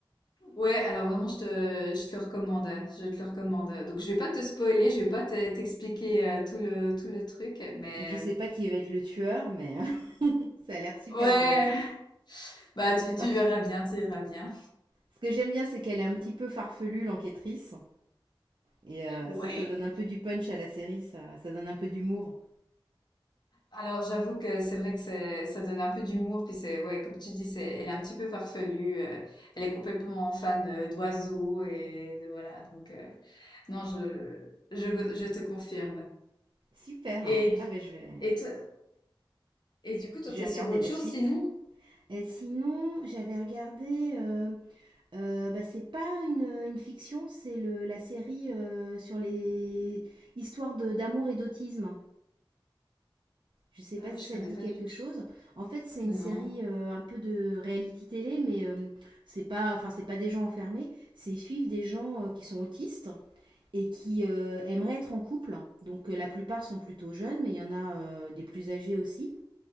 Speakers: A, on the left; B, on the right.
A: Ouais, alors vraiment, je te je te le recommande, je te le recommande, donc je vais pas te spoiler, je vais pas te t'expliquer, heu, tout le tout le truc, mais
B: Donc je sais pas qui va être le tueur, mais <laughs> ça a l'air super
A: ouais!
B: drôle. hein.
A: Bah, tu,
B: Parce-
A: tu verras bien, tu verras bien.
B: ce que j'aime bien, c'est qu'elle est un petit peu farfelue, l'enquêtrice. Et euh,
A: Ouais.
B: ça, ça donne un peu du punch à la série, ça, ça donne un peu d'humour.
A: Alors, j'avoue que c'est vrai que c'est, ça donne un peu d'humour, puis c'est, ouais, comme tu dis, c'est, elle est un petit peu farfelue, euh, elle est complètement fan euh, d'oiseaux et de, voilà, donc, euh, non, je, je, je te confirme.
B: Super.
A: Et,
B: hein. Ah ben je vais,
A: et toi- et du coup, toi,
B: je
A: t'es
B: vais regarder
A: sur autre
B: la
A: chose
B: suite.
A: sinon?
B: Et sinon, j'avais regardé. euh, euh, bah, c'est pas une, une fiction, c'est le, la série euh, sur les histoires de- d'amour et d'autisme. Je sais pas
A: Euh,
B: si
A: je
B: ça
A: connais
B: te dit
A: pas
B: quelque
A: du tout.
B: chose. En fait, c'est une série
A: Non.
B: euh, un peu de reality télé, mais euh, c'est pas, enfin, c'est pas des gens enfermés. C'est ils suivent des gens euh, qui sont autistes et qui euh, aimeraient être en couple. Donc euh, la plupart sont plutôt jeunes, mais il y en a euh, des plus âgés aussi.